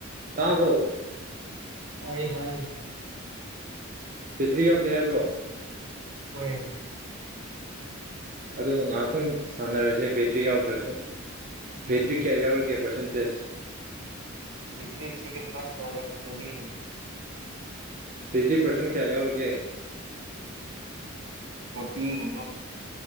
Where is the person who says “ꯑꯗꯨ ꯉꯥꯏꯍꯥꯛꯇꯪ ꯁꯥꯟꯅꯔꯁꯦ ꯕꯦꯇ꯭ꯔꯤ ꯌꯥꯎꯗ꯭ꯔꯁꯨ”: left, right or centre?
Right